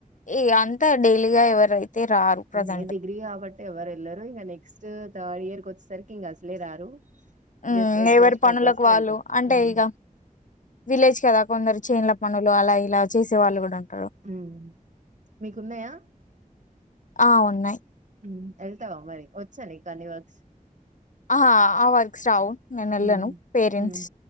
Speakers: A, on the left; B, on the right.
A: ఇగ అంతా డైలీగా ఎవరైతే రారు ప్రజెంట్
B: హూ డిగ్రీ కాబట్టి. ఎవరూ ఎల్లర్ ఇక నెక్స్ట్ తర్డ్ ఇయర్ కొ సరికింగ అసలే రారు.
A: ఊ
B: జస్ట్ ఎగ్జామ్స్
A: ఎవరి పనులకు
B: పర్పస్ కి
A: వాళ్ళు
B: వెళ్తారు
A: అంటే
B: ఉమ్,
A: ఇక విలేజ్ కదా కొందరు చేన్ల పనులు అలా ఇలా చేసే వాళ్ళు కూడా ఉం
B: మ్మ్ మీకున్నాయా
A: ఆ ఉన్నాయ్
B: ఊ వెళ్తావా మరి వచ్చా నీ కన్నీ వర్క్స్
A: ఆ ఆ ఆ వర్క్స్ రావు నేను వెళ్ళాను
B: హ్మ్
A: పేరెంట్స్
B: హ్మ్